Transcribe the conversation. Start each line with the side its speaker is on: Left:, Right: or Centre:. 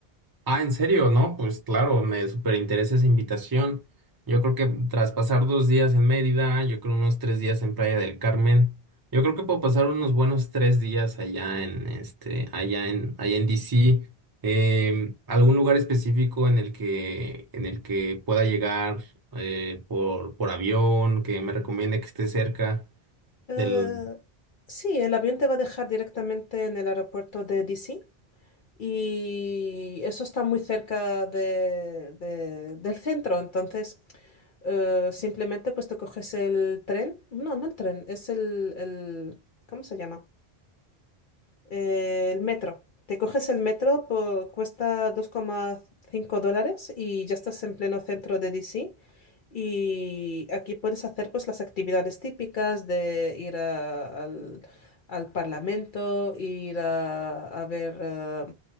Right: Ah, ¿en serio? No, pues claro, me súper interesa esa invitación. Yo creo que tras pasar dos días en Mérida, yo creo unos tres días en Playa del Carmen, yo creo que puedo pasar unos buenos tres días allá en este, allá en, allá en DC. Em, ¿algún lugar específico en el que, en el que pueda llegar eh, por, por avión, que me recomiende que esté cerca
Left: Eh,
Right: del,
Left: sí, el avión te va a dejar directamente en el aeropuerto de DC y eso está muy cerca de- de- del centro. Entonces, eh, simplemente pues te coges el tren. No, no el tren, es el, el- ¿cómo se llama? Eh, el metro. Te coges el metro, po- cuesta dos coma cinco dólares y ya estás en pleno centro de DC. Y aquí puedes hacer pues las actividades típicas de ir a- al, al Parlamento, ir a, a ver eh,